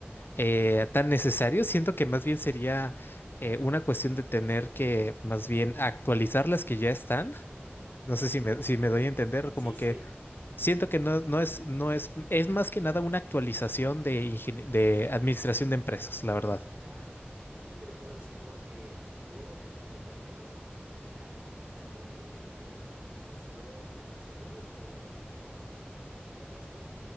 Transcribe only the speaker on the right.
ujú.
Sí,
sí.
Claro, y yo te lo puedo decir porque yo tenía compañeros de ingeniería de administración empresarial o, o ingeniería de negocios,